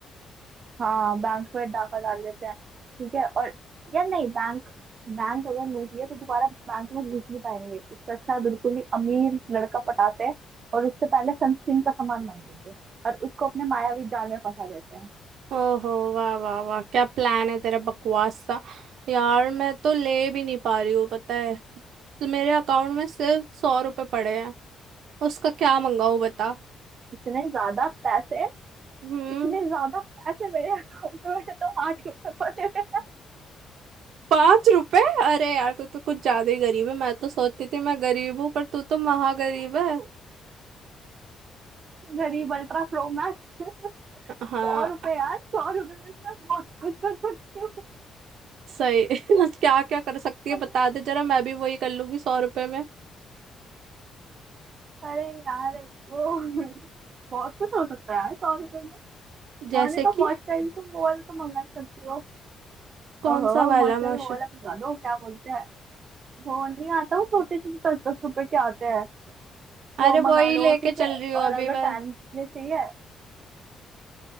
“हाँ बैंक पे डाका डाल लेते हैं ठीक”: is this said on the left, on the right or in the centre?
Right